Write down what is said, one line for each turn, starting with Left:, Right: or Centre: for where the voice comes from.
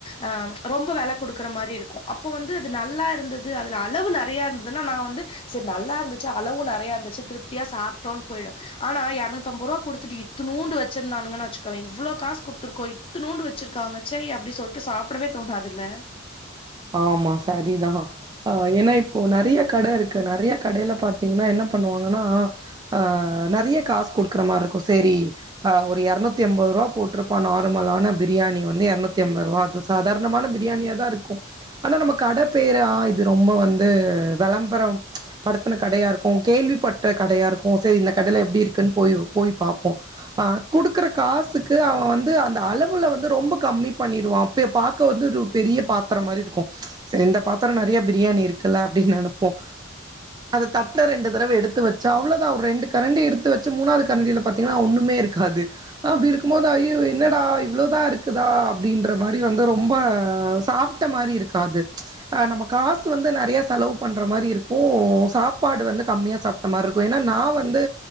Left: அ ரொம்ப வில கொடுக்குற மாரி இருக்கும் அப்ப வந்து அது நல்லா இருந்தது அதுல அளவு நெறைய இருந்ததுன்னா நான வந்து செரி நல்லா இருந்துச்சு அளவும் நெறையா இருந்துச்சு திருப்தியா சாப்பிட்டோம்ன்னனு போயிடும் ஆனா இரநூத்தின்ம்பது ரூபா குடுத்துட்டு இத்தநூண்டு வச்சிருந்தானுங்கன்ன வச்சுக்கோவேன் இவ்வளோ காசுடுத்துிருக்கோ இத்துநூ வச்சிருக்காங்க சை அப்டி சொல்லிட்டு சாப்படவே தோணாதுல
Right: ஆமா சரிதான் ஆ ஏன்னா இப்போ நெறைய கட இருக்கு நிறைய கடையில பாத்தீங்கன்னா என்ன பண்ணுவாங்கன்னா ஆஹ் நிறைய காசு கொடுக்குற மாதிரி இருக்கும் சரிஹ் ஒரு இரநூத்தி ஐம்பது ரூபா போட்டிருப்பா நார்மலான பிரியாணி வந்து இரநூத்தி ஐம்பது ரூபா அது சாதாரணமான பிரியாணியா தான் இருக்கும் ஆனா நம்ம கடப்பேரா இது ரொம்ப வந்து விளம்பரம் படுத்தின கடயா இருக்கும் கேள்விப்பட்டற்ற கடயா இருக்கும் சரி இந்த கடயில எப்டி இருக்குன்னு போய் போய் பார்ப்போம் ஆஹ் குடுக்குற காசுக்கு அவன் வந்து அந்த அளவுல வந்து ரொம்ப கம்மி பண்ணிருவான் அப்ப பார்க வந்து பெரிய பா மாரி இருக்கும் இந்த பாத்திரம் நெறைய பிரியாணி இருக்குல்ல அப்டின்னு நினைப்போம் அதை தட்ல ரெண்டு தடவ எடுத்து வச்சா அவ்வள வுதான் ஒரு ரெண்டு கரண்டி எடுத்து வச் மூணாவது கரண்டியில பாத்திங்களா ஒண்ணுமே இருக்காது அப்டி இருக்கும்போது ஐயோ என்னடா இவ்வளவுதான் இருக்குதா அப்டிங்கற மாரி ரொம்ப சாப்ப சாப்பிட்ட மாரி இருக்காது அ நம்ம காசு வந்து நெறைய செலவு பண்ற மாரி இருக்கும் சாப்பாடு வந்து கம்மியா சாப்பட்ட மாரி இருக்கும் ஏன்னா நான் வந்து